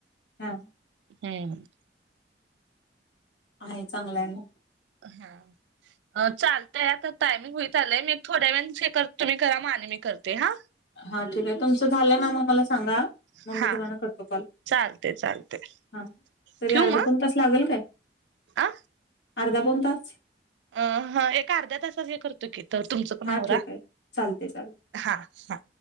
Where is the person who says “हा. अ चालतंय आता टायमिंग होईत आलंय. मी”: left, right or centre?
Right